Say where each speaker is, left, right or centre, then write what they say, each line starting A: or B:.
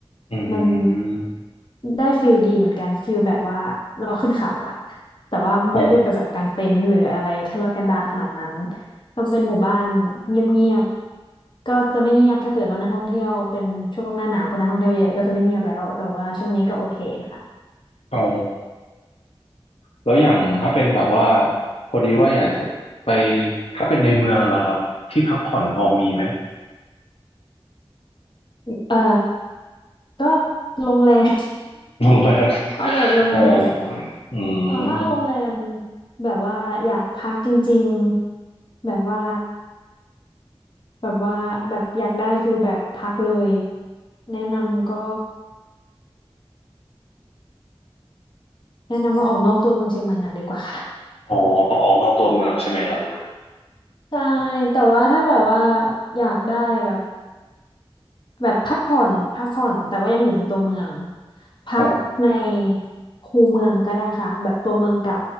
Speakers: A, on the left; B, on the left.
A: อืม
B: มันได้ฟิลดีเหมือนกันฟิลแบบว่าเราขึ้นเขาอะแต่ว่าไม่ได้ไปแบบกางเต็นท์หรืออะไรทุรกันดารขนาดนั้น
A: อ๋อ
B: ก็เป็นหมู่บ้านเงียบๆก็จะไม่เงียบถ้าเกิดว่านักท่องเที่ยวเป็นช่วงหน้าหนาวก็นักท่องเที่ยวเยอะก็จะไม่เงียบแล้วแต่ว่าช่วงนี้ก็โอเคค่ะ
A: อ๋อแล้วอย่างถ้าเป็นแบบว่าพอดีว่าอยากจะไปถ้าเป็นในเมืองล่ะครับที่พักผ่อนพอมีไหม
B: เอ่อก็โรงแรม
A: โรงแรม
B: <laughs>
A: <laughs>
B: เอาแบบโรงแรม
A: เอออื
B: เออถ้าโรงแรม
A: ม
B: แบบว่าอยากพักจริงๆแบบว่า แบบว่าแบบอยากได้ฟิลแบบพักเลยแนะนำก็แนะนำว่าออกนอกตัวเมืองเชียงใหม่หน่อยดีกว่า <laughs> ค่ะ
A: อ๋อต้องออกนอกตัวเมืองใช่ไหมครับ
B: ใช่แต่ว่าถ้าแบบว่าอยากได้แบบแบบพักผ่อนพักผ่อนแต่ว่ายังอยู่ในตัวเมืองพักใน
A: ครับ
B: คูเมืองก็ได้ค่ะแบบตัวเมืองเก่า